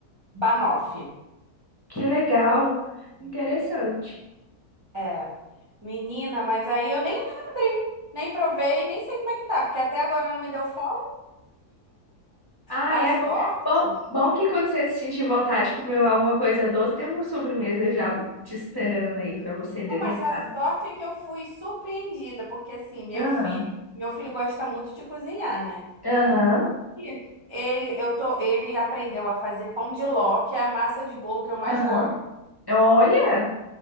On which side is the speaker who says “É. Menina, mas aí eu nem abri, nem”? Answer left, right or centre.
Right